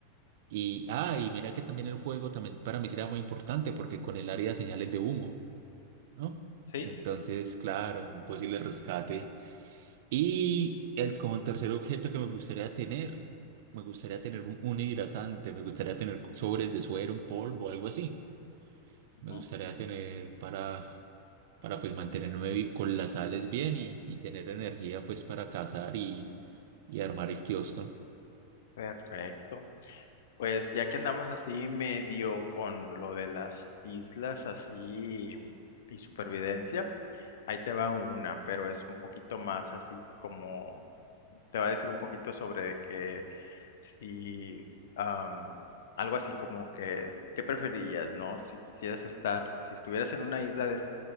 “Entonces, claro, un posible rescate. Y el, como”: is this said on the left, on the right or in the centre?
Right